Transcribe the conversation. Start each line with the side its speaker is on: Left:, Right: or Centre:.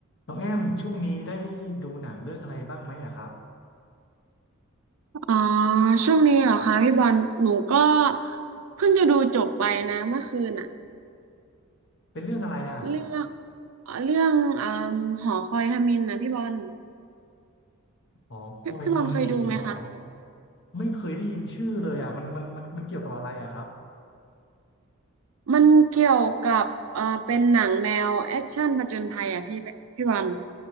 Left: น้องแอมช่วงนี้ได้ดูหนังเรื่องอะไรบ้างไหมอะครับ
Right: อ๋อช่วงนี้เหรอคะพี่บอลหนูก็เพิ่งจะดูจบไปนะเมื่อคืนน่ะ
Left: เป็นเรื่องอะไรอะ
Right: เรื่องเรื่องอมหอคอยฮามินนะพี่บอล
Left: หอคอยทำมินเหรอ
Right: พี่พี่บอลเคยดูไหมคะ
Left: ไม่เคยได้ยินชื่อเลยอะมันมันมันมันเกี่ยวกับอะไรอะครับ
Right: มันเกี่ยวกับเอ่อเป็นหนังแนวแอคชั่นผจญภัยอ่ะพี่พี่บอล